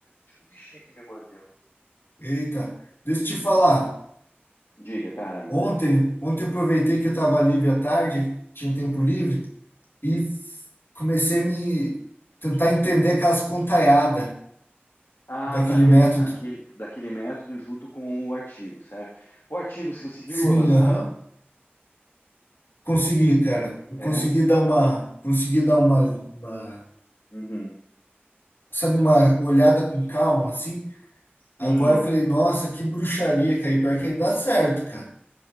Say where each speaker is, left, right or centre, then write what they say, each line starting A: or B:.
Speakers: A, on the left; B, on the left.
A: Tinha um bichinho que me mordeu.
B: Eita, deixa eu te falar.
A: Diga, cara.
B: Ontem, ontem eu aproveitei que eu estava livre à tarde, tinha tempo livre, e f- comecei a me tentar entender aquelas contaiadas
A: Ah,
B: daquele
A: tá, aquele,
B: método.
A: aquele, daquele método junto com o artigo, certo? O artigo, você conseguiu
B: Sim,
A: avançar?
B: aham. Consegui, cara. Eu
A: É.
B: consegui dar uma, consegui dar uma, uma-
A: uhum.
B: sabe, uma olhada com calma, assim. Agora
A: Sim.
B: eu falei, nossa, que bruxaria, cara. E pior que aí dá certo, cara.